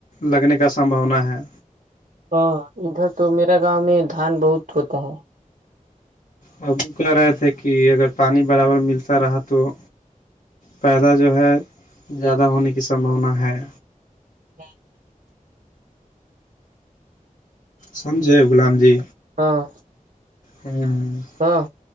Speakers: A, on the left; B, on the right.
A: لگنے کا سمبھاونا ہے
B: ہاں ادھر تو میرا گاؤں میں دھان بہت ہوتا ہے
A: ہم کہہ رہے تھے کہ اگر پانی برابر ملتا رہا تو پیدا جو ہے زیادہ ہونے کی سمبھاونا ہے
B: ہاں <inaudible>
A: سمجھے غلام جی
B: ہاں
A: ہوں
B: ہاں